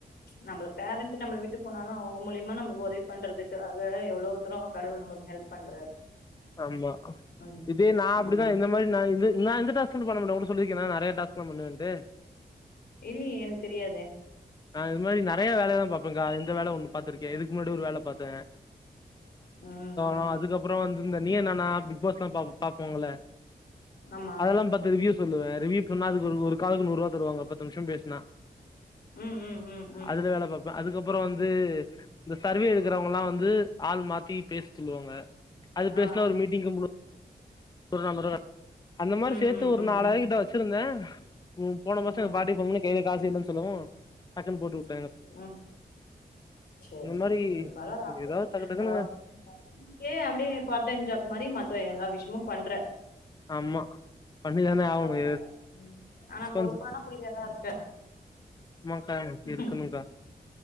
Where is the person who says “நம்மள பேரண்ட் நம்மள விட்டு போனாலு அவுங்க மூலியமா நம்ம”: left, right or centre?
Left